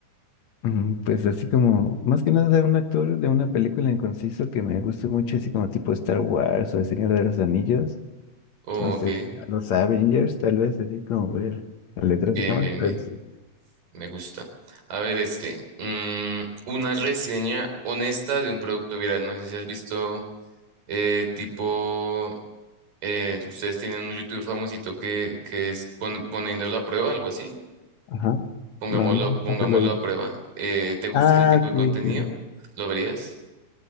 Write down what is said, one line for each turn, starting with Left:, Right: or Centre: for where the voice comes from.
Left: Mm, Pues así como, más que nada de un actor de una película en conciso que me guste mucho, así como tipo Star Wars o El Señor de los Anillos,
Right: Ok,
Left: no sé, a los Avengers, tal vez, así como ver las letras
Right: bien,
Left: de cámara.
Right: bien,
Left: pero
Right: bien.
Left: sí.
Right: Me gusta. A ver, este, mm, una reseña honesta de un producto viral. No sé si has visto, eh, tipo, eh, ustedes tienen un YouTube famosito que, que es pon- poniéndolo a prueba, algo así.
Left: Ajá.
Right: Pongámoslo,
Left: No, no,
Right: pongámoslo
Left: no te lo he visto.
Right: a prueba. Eh, ¿te gusta
Left: Ah,
Right: ese tipo de contenido?
Left: sí, sí. sí.
Right: ¿Lo verías?